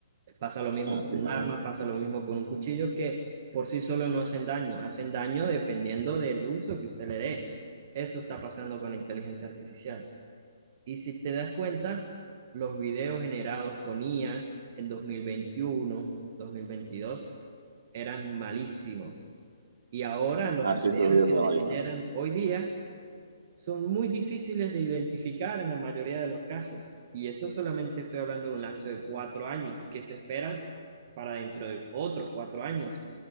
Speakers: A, on the right; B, on the right.
A: Pasa lo mismo
B: así
A: con un
B: también.
A: arma, pasa lo mismo con un cuchillo, que por sí solo no hacen daño, hacen daño dependiendo del uso que usted le dé. Eso está pasando con la inteligencia artificial. Y si te das cuenta, los videos generados con IA en dos dos mil veintiuno dos mil veintidós eran malísimos. Y ahora los
B: así
A: videos
B: esos videos
A: que
B: de
A: se
B: la Marisa.
A: generan hoy día son muy difíciles de identificar en la mayoría de los casos. Y eso solamente estoy hablando de un lapso de cuatro años que se espera para dentro de otros cuatro años.